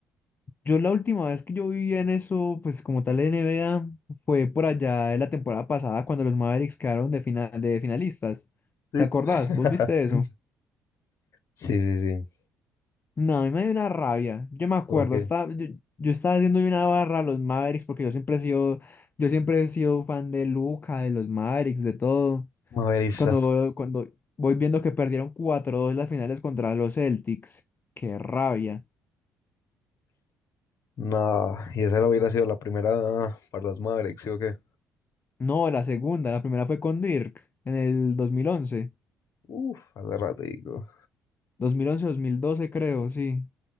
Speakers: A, on the left (about 30°); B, on the left (about 55°).
A: yo la última vez que yo vi en eso, pues como tal NBA, fue por allá en la temporada pasada cuando los Mavericks quedaron de final, de finalistas.
B: Sí.
A: ¿Te acordás?
B: <laughs>
A: ¿Vos viste eso?
B: Sí, sí, sí.
A: No, a mí me dio una rabia. Yo me acuerdo,
B: Porque
A: estaba, yo, yo estaba haciendo una barra a los Mavericks porque yo siempre he sido, yo siempre he sido fan de Luca, de los Mavericks, de todo.
B: Maverista.
A: Cuando, veo- cuando voy viendo que perdieron cuatro dos las finales contra los Celtics, qué rabia.
B: No, y esa no hubiera sido la primera para los Mavericks, ¿sí o qué?
A: No, la segunda, la primera fue con Dirk en el 2011,
B: Uf, hace ratico.
A: 2011-2012 creo, sí.